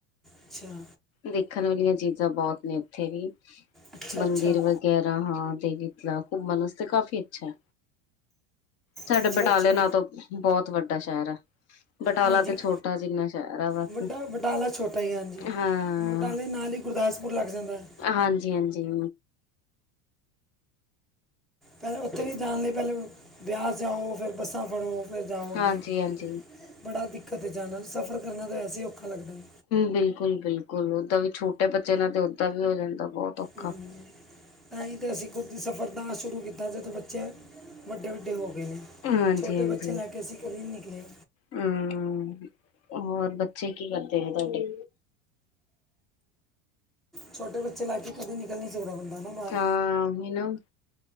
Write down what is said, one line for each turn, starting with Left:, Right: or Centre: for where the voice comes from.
Centre: ਅੱਛਾ
Left: ਦੇਖਣ ਵਾਲੀਆਂ ਚੀਜ਼ਾਂ ਬਹੁਤ ਨੇ ਉੱਥੇ ਵੀ-ਮੰਦਿਰ
Centre: ਅੱਛਾ ਅੱਛਾ
Left: ਵਗੈਰਾ ਹਾਂ ਘੁੰਮਣ ਵਾਸਤੇ ਕਾਫ਼ੀ ਅੱਛਾ ਹੈ। ਸਾਡੇ
Centre: ਅੱਛਾ
Left: ਬਟਾਲੇ
Centre: ਅੱਛਾ
Left: ਨਾ ਤੋਂ ਬਹੁਤ ਵੱਡਾ ਸ਼ਹਿਰ ਹੈ। ਬਟਾਲਾ
Centre: ਹਾਂਜੀ
Left: ਤੇ ਛੋਟਾ ਜਿੰਨਾ ਸ਼ਹਿਰ ਆ ਬਸ,
Centre: ਵੱਡਾ ਬਟਾਲਾ ਛੋਟਾ ਹੀ ਹੈ, ਹਾਂਜੀ
Left: ਹਾਂ।
Centre: ਬਟਾਲੇ ਨਾਲ ਹੀ ਗੁਰਦਾਸਪੁਰ ਲੱਗ ਜਾਂਦਾ ਹੈ
Left: ਹਾਂਜੀ-ਹਾਂਜੀ।
Centre: ਪਹਿਲ ਉੱਥੇ ਵੀ ਜਾਣ ਲਈ ਪਹਿਲੇ ਬਿਆਸ ਜਾਓ ਫਿਰ ਬੱਸਾਂ ਫੜੋ ਫਿਰ ਜਾਓ
Left: ਹਾਂਜੀ-ਹਾਂਜੀ।
Centre: ਅੱਗੇ, ਬੜਾ ਦਿੱਕਤ ਹੈ ਜਾਣਾ। ਸਫ਼ਰ ਕਰਨਾ ਤਾਂ ਵੈਸੇ ਹੀ ਔਖਾ ਲੱਗਦਾ। ਹੈ।
Left: ਬਿਲਕੁਲ-ਬਿਲਕੁਲ, ਓਦਾਂ ਵੀ ਛੋਟੇ ਬੱਚੇ ਨਾਲ ਤੇ ਓਦਾਂ ਵੀ ਹੋ ਜਾਂਦਾ ਬਹੁਤ ਔਖਾ।
Centre: ਹਮ, ਤਾਂ ਹੀ ਤਾਂ, ਅਸੀਂ ਖੁਦ ਸਫ਼ਰ ਤਾਂ ਸ਼ੁਰੂ ਕੀਤਾ ਜਦੋਂ ਬੱਚੇ ਵੱਡੇ-ਵੱਡੇ ਹੋ
Left: ਹਾਂਜੀ-ਹਾਂਜੀ
Centre: ਛੋਟੇ ਬੱਚੇ ਲੈ ਕੇ ਅਸੀਂ ਕਦੇ ਨੀ ਨਿਕਲੇ।
Left: ਹੂੰ ਹੋਰ ਬੱਚੇ ਕੀ ਕਰਦੇ ਨੇ ਤੁਹਾਡੇ?
Centre: ਛੋਟੇ ਬੱਚੇ ਲੇ ਕੇ ਕਦੇ ਨਿਕਲ ਨੀ ਸਕਦਾ ਬੰਦਾ ਨਾ ਬਾਹਰ
Left: ਹਾਂ ਵੀ ਨਾ